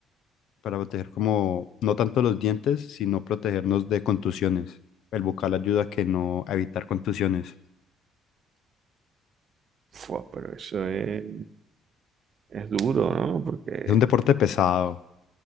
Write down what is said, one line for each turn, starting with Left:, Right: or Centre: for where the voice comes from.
Left: para proteger como, no tanto los dientes, sino protegernos de contusiones. El bucal ayuda a que no a evitar contusiones.
Right: Fua, pero eso es, es duro, ¿no? Porque
Left: Es un deporte pesado,